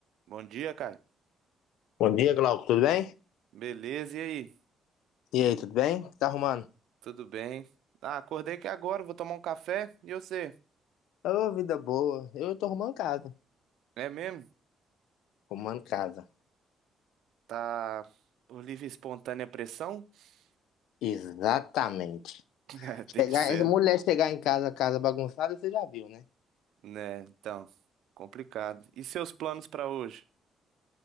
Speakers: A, on the right; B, on the left.
A: Bom dia, Caio.
B: Bom dia, Glauco, tudo bem?
A: Beleza, e aí?
B: E aí, tudo bem? O que tá arrumando?
A: Tudo bem? Ah, acordei aqui agora, vou tomar um café. E você?
B: Ô, vida boa. Eu tô arrumando casa.
A: É mesmo?
B: Arrumando casa.
A: Tá por livre e espontânea pressão? <laughs>
B: Exatamente.
A: É, tem
B: Chegar,
A: que ser,
B: essa mulher chegar em casa, casa bagunçada, você já viu, né?
A: né? Então, complicado. E seus planos pra hoje?